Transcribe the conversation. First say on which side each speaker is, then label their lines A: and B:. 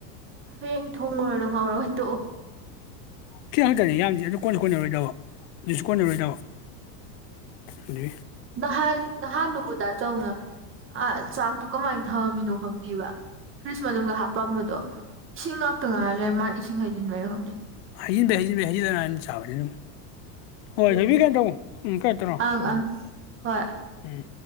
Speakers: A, on the right; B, on the left.
A: ꯍꯌꯦꯡ ꯊꯣꯡꯉꯨꯔꯅ ꯉꯥꯎꯔꯒ ꯇꯣ
B: ꯊꯤ ꯈꯛꯇꯅꯤ ꯌꯥꯝꯗꯦ ꯑꯗꯨ ꯀꯣꯟꯅꯁꯨ ꯀꯣꯟꯅꯔꯣꯏꯗꯕ ꯑꯗꯨꯁꯨ ꯀꯣꯟꯅꯔꯣꯏꯗꯕ ꯑꯗꯨ
A: ꯅꯍꯥꯟ ꯅꯍꯥꯟꯗꯨꯨꯕꯨꯗ ꯆꯧꯅ ꯑ ꯆꯥꯛ ꯑꯗꯨ ꯀꯃꯥꯏꯅ ꯊꯝꯃꯝꯃꯤꯅꯣ ꯈꯪꯗꯦꯕ ꯐ꯭ꯔꯤꯖ ꯃꯅꯨꯡꯗ ꯍꯥꯞꯄꯝꯕꯗꯣ ꯏꯁꯤꯡ ꯉꯥꯛꯇ ꯉꯥꯏꯔ ꯂꯩꯔꯦ ꯃꯥꯅ ꯏꯁꯤꯡ ꯍꯩꯖꯤꯟꯕꯔ ꯈꯪꯗꯦ
B: ꯍꯖꯤꯕꯩꯖꯤꯟꯕ ꯍꯖꯤꯟꯥꯏꯅ ꯆ ꯁꯥꯕꯅꯤ ꯑꯗꯨꯝ ꯍꯣꯏꯁꯕꯤ
A: ꯂꯣꯏꯔꯦꯍꯦ
B: ꯀꯩ ꯇ ꯎꯝ ꯀꯩꯇ꯭ꯔꯣ
A: ꯑꯪ
B: ꯎꯝ
A: ꯑꯪ ꯍꯣꯏ
B: ꯎꯝ